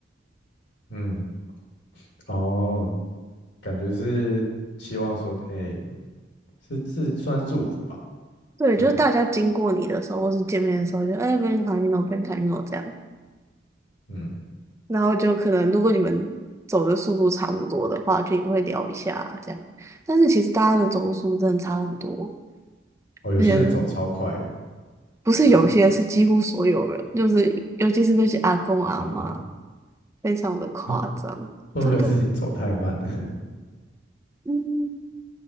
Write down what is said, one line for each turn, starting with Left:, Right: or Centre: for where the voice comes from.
Left: 嗯，哦，感觉是希望说，哎、是是算是祝福吧，
Right: 对，
Left: 是吗？
Right: 就是大家经过你的时候，或是见面的时候，就哎 g r 卡 n c a m i n o n Camino 这样，
Left: 嗯，
Right: 然后就可能如果你们走的速度差不多的话，就也会聊一下这样。但是其实大家的走路速度真的差很多。
Left: 哦，有些人走超快的，
Right: 而且不是有些是几乎所有人，
Left: 对啊
Right: 就是尤其是那些阿公阿嬷，
Left: 啊，
Right: 非常的夸张，
Left: 啊会不会是你走太慢了？
Right: 真的。嗯，